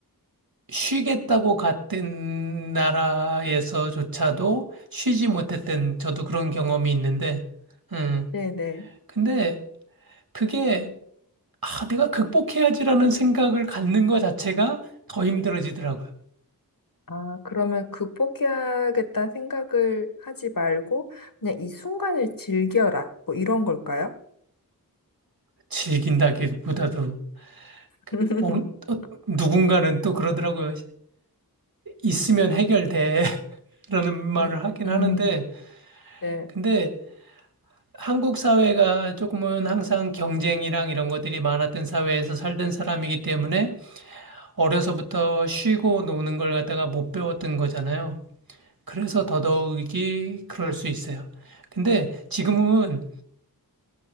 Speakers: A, on the right (about 65°); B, on the left (about 60°).
A: 쉬겠다고 갔던 나라에서조차도 쉬지 못했던 저도 그런 경험이 있는데, 음,
B: 네네.
A: 근데 그게, 아, 내가 극복해야지라는 생각을 갖는 것 자체가 더 힘들어지더라고요.
B: 아, 그러면 극복해야겠다는 생각을 하지 말고 그냥 이 순간을 즐겨라. 뭐 이런 걸까요?
A: 즐긴다기보다도, 그,
B: <laughs>
A: 어, 어, 누군가는 또 그러더라고요. 있으면 해결돼. <laughs> 라는 말을
B: 음,
A: 하긴
B: 음,
A: 하는데,
B: 네.
A: 근데 한국 사회가 조금은 항상 경쟁이랑 이런 것들이 많았던 사회에서 살던 사람이기 때문에 어려서부터 쉬고 노는 걸 갖다가 못 배웠던 거잖아요. 그래서 더더욱이 그럴 수 있어요. 근데 지금은